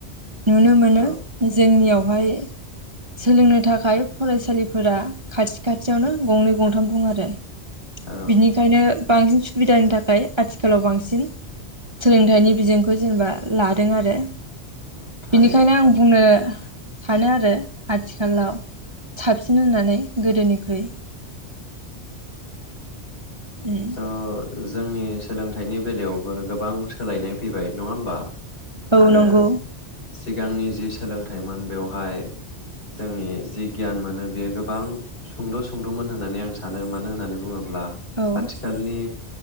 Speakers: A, on the right (about 30°); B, on the left (about 55°).
A: नुनो मोनो
B: औ
A: जोंनियाव बेवहाय सोलोंनो थाखाय फरायसालिफोरा खाथि खाथियावनो गंनै गंथाम दं आरो।
B: औ
A: बिनिखायनो बांसिन सु बिदानि थाखाय आथिखालाव बांसिन सोलोंथाइनि बिजोंखौ जेनेबा लादों आरो।
B: औ थारैनो
A: बिनिखायनो आं बुंनो सानो आरो आथिखालाव साबसिन होननानै गोदोनिख्रुइ उम
B: त' जोंनि सोलोंथाइनि बेलायावबो गोबां सोलायनाय फैबाय नङा होमबा।
A: औ
B: आरो
A: नंगौ
B: सिगांनि जि सोलोंथाइमोन बेवहाय जोंनि जि गियान मोनो बेयो गोबां सुंद'- सुंद'मोन होननानै आं सानो मानो होननानै बुङो ब्ला
A: औ
B: आथिखालनि